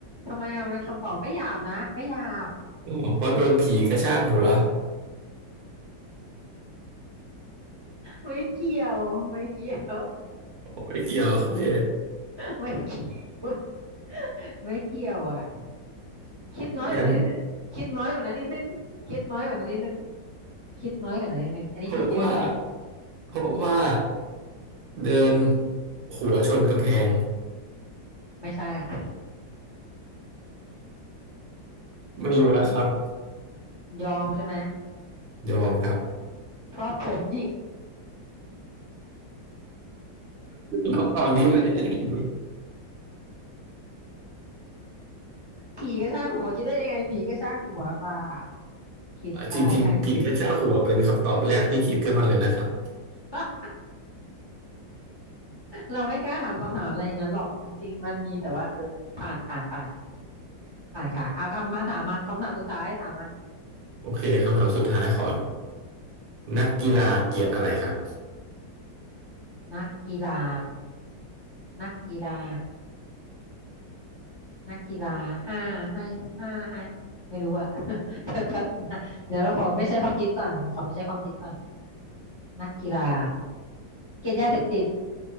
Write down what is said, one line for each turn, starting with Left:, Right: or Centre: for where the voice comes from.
Left: ทำไมอ่ะมันเป็นคำตอบไม่หยาบนะไม่หยาบ
Right: อ๋อเพราะโดนผีกระชากหัว
Left: ไม่เกี่ยวไม่เกี่ยว
Right: ไม่เกี่ยวโอเค
Left: ไม่เกี่ยว ไม่เกี่ยวอ่ะคิดน้อยกว่านั้นนิดนึงคิดน้อยกว่านั้นนิดนึงคิดน้อยกว่านั้นนิดนึง
Right: งั้น
Left: คิดน้อยกว่านั้นนิดนึงอันนี้คิดเยอะไป
Right: เพราะว่าเพราะว่า เดินหัวชนกำแพง
Left: ไม่ใช่อ่ะ
Right: ไม่รู้อะครับ
Left: ยอมใช่ไหม
Right: ยอมครับ
Left: เพราะผมหยิก
Right: คำตอบนี้ไม่ได้
Left: ผีก็ช่างหัวคิดได้ยังไงผีก็ช่างหัวบ้าคิดตายช่างคิด
Right: จริงๆผีกระชากหัวเป็นคำตอบแรกที่คิดขึ้นมาเลยนะครับ
Left: <laughs> เราไม่กล้าถามคำถามอะไรอย่างนั้นหรอกจริงๆมันมีแต่ว่าเออผ่านผ่านผ่านผ่านค่ะเอาคำมาถามมาคำถามสุดท้ายถามมา
Right: โอเคคำถามสุดท้ายขอนักกีฬาเกลียดอะไรครับ
Left: นักกีฬานักกีฬา นักกีฬาห้าให้ห้าให้ไม่รู้อะ <laughs> เดี๋ยวแป๊บนะเดี๋ยวเราขอไม่ใช้ความคิดก่อนขอไม่ใช้ความคิดก่อนนักกีฬาเกลียดยาเสพติด